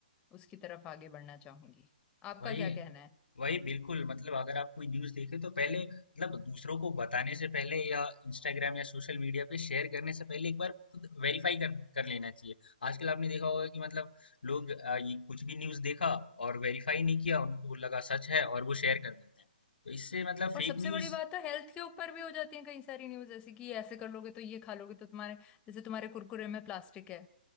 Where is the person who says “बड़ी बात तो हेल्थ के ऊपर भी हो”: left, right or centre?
Left